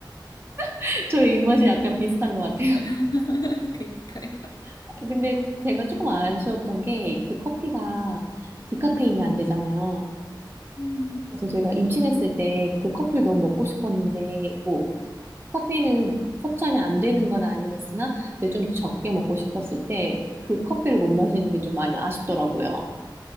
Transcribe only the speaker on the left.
<laughs> 그러니까요.
음,